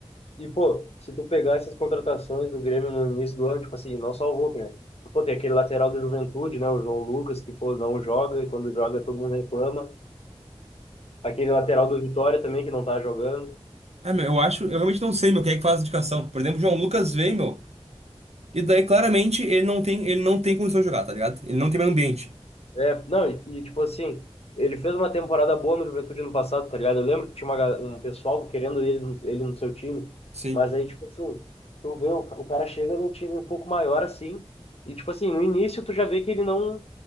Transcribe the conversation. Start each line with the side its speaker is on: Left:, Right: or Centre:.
Left: E, pô, se tu pegar essas contratações do Grêmio no início do ano, tipo assim, não salvou, né? Pô, tem aquele lateral do Juventude, né? O João Lucas, que, pô, não joga, e quando joga todo mundo reclama. Aquele lateral do Vitória também, que não tá jogando.
Right: Ah, meu, eu acho, eu realmente não sei, meu, quem é que faz a indicação. Por exemplo, o João Lucas veio, meu, e daí claramente ele não tem, ele não tem condição de jogar, tá ligado? Ele não tem mais ambiente.
Left: É, não, e, e, tipo assim, ele fez uma temporada boa no Juventude no passado, tá ligado? Eu lembro que tinha uma, ga- um pessoal querendo ele, no- ele no seu time,
Right: Sim.
Left: mas aí, tipo assim, tu vê, o, o cara chega num time um pouco maior, assim, e, tipo assim, no início tu já vê que ele não,